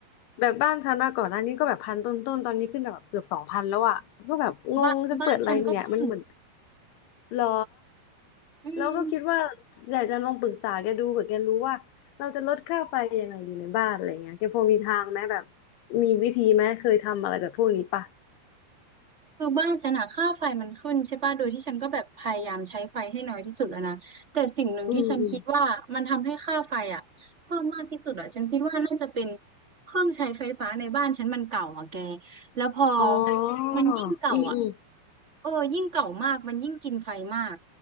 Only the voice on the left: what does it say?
แบบบ้านฉันอะก่อนหน้านี้ก็แบบพันต้นๆตอนนี้ขึ้นแบบเกือบสองพันแล้วอ่ะก็แบบงงฉันเปิดอะไรเนี่ยมันเหมือน
หรอ
แล้วก็คิดว่าอยากจะลองปรึกษาแกดูเผื่อแกรู้ว่าเราจะลดค่าไฟยังไงดีในบ้านอะไรเงี้ยแกพอมีทางไหมแบบมีวิธีไหมเคยทำอะไรแบบพวกนี้ปะ
อืม
อ๋อ
อืมอืม